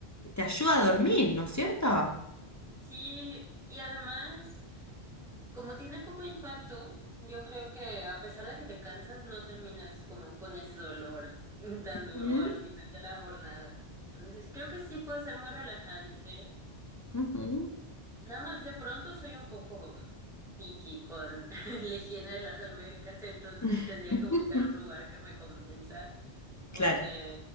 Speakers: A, on the left; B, in the centre.
A: te ayuda a dormir, ¿no es cierto?
B: Sí, y además Como tiene poco impacto, yo creo que a pesar de que te cansas, no terminas como con ese dolor <laughs> tan duro
A: Ujú,
B: al final de la jornada. Entonces, creo que sí puede ser muy relajante.
A: ujú.
B: Nada más de pronto soy un poco picky con <laughs> la higiene de las albercas, entonces
A: <laughs>
B: tendría que buscar un lugar que me convenza porque
A: Claro.